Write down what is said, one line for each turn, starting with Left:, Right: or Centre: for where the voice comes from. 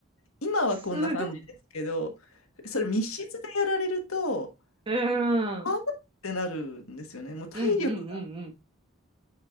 Left: 今はこんな感じですけど、
Right: すごい。
Left: それ密室でやられると、
Right: うーん。
Left: あーってなるんですよね。
Right: うん、
Left: もう体力が。
Right: うん、うん、うん。